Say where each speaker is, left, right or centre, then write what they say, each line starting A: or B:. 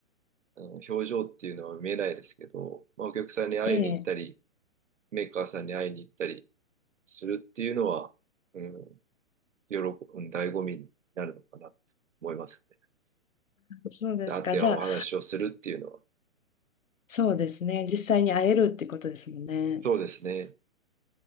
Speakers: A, on the right; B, on the left.
A: あの表情っていうのは見えないですけど、まあ、お客さんに会いに行ったり、
B: ええ。
A: メーカーさんに会いに行ったりするっていうのは、うん、喜ぶ、醍醐味になるのかなと思いますね。
B: そうですか。
A: で会ってお話をするっていうのは、
B: じゃあ、そうですね。実際に会えるってことですもんね。
A: そうですね。